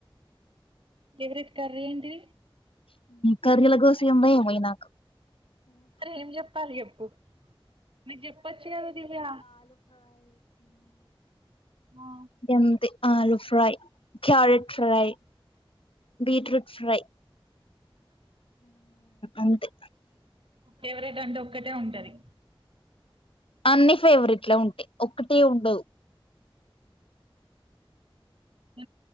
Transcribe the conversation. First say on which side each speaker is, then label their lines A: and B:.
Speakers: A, on the right; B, on the left.
A: ఎవరెట్ కర్రీ ఏంటి
B: కర్రీలో గోస ఏందో మరి నాకు
A: మరే ఏం చెప్పాలి చెప్పు మీరు చెప్పొచ్చు కదా దివ్య ఆ,
B: ఎంత ఆలు fry carrot fry beetroot fry అంతే
A: ఫేవరేట్ అంటావ్ ఒకటే ఉంటంది
B: అన్ని ఫేవరెట్ ఉంటాయి ఒకటే ఉండవు
A: ఉ